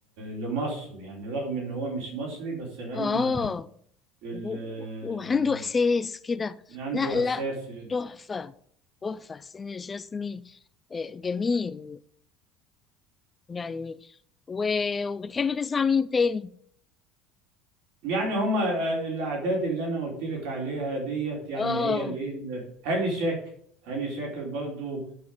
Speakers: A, on the right; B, on the left.
A: لمصر يعني رغم ان هو مش مصري بس غنى
B: اه
A: ال...
B: و-
A: ال-
B: وعنده احساس كده
A: عنده
B: لا لا
A: احساس
B: تحفة تحفة حسين الجسمي آه، جميل يعني و- وبتحب تسمع مين تاني
A: يعني هما آه، الاعداد اللي انا قلت لك عليها ديت يعني
B: اه
A: هي اللي إيه اللي- هاني شاكر هاني شاكر برضو